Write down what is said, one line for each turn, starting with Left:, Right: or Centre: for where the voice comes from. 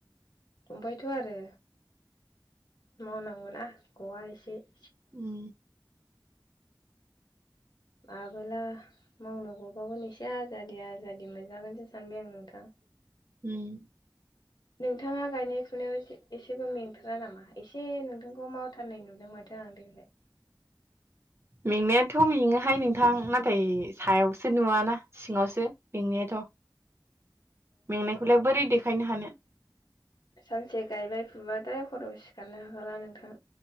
Left: दंबायथ' आरो मावनांगौना गआ एसे। <inaudible>
Right: उम
Left: माबोला मावनो गबावगोन एसे आजादि आजादि मोनजागोनसो सानबाय आं नोंथां।
Right: उम।
Left: नोंथाङा गायनाय फुनायाव एसेबो मेंथारा नामा एसे नोंथांखौ मावथारनाय नुदों माथो आं देग्लाय।
Right: मेंनायाथ' मेङोहाय नोंथां नाथाय। सायावसो नुवाना सिङावसो मेंनायाथ'। मेंनायखौलाय बोरै देखायनो हानो
Left: सानसे गायबाय फुबाय दा सिखारनो हाला नोंथां।